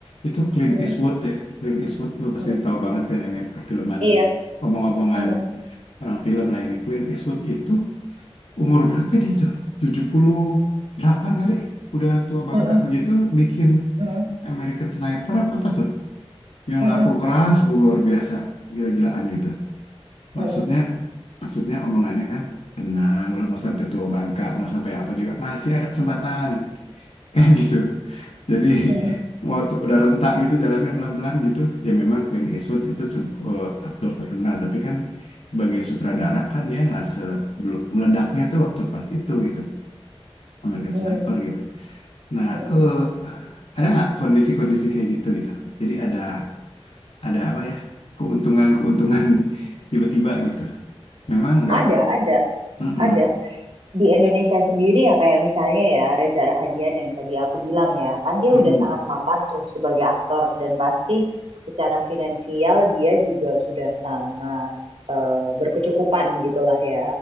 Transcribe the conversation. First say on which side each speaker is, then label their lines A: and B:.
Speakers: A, on the left; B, on the right.
A: itu Clint
B: mm,
A: Eastwood ya. Clint Eastwood, lo pasti
B: mm.
A: tahu banget kan ini perfilman
B: Iya.
A: begini. Omong-omongan
B: mm,
A: orang film, nah ini Clint Eastwood itu umur berapa dia tuh? tujuh puluh delapan kali? Udah tua bangka
B: mm,
A: begitu bikin
B: mm,
A: American Sniper apa, apa tuh? Yang
B: mm,
A: laku
B: mm,
A: keras, bu, luar biasa, gila-gilaan gitu.
B: mm,
A: Maksudnya,
B: mm, mm,
A: maksudnya omongannya kan, tenang, lo mau sampai tua bangka, mau sampai apa juga, masih ada kesempatan. <laughs> Kan gitu. Jadi
B: mm,
A: <laughs>
B: mm.
A: mau tuh udah rentak gitu jalannya pelan-pelan gitu. Ya memang Clint Eastwood itu se- eh, aktor terkenal, tapi kan sebagai sutradara kan dia nggak se belum- meledaknya tuh waktu pas itu gitu, American
B: Hmm,
A: Sniper gitu. Nah,
B: mm, mm.
A: eh ada nggak kondisi-kondisi kayak gitu gitu? Jadi ada ada apa ya keuntungan-keuntungan <laughs> tiba-tiba gitu. Memang nggak.
B: Ada, ada,
A: Mm-mm.
B: ada. di Indonesia sendiri ya kayak misalnya ya Reza Rahadian yang tadi aku bilang ya kan dia
A: Mm-mm.
B: udah sangat mapan tuh sebagai aktor dan pasti secara finansial dia juga sudah sangat eh, berkecukupan gitulah ya.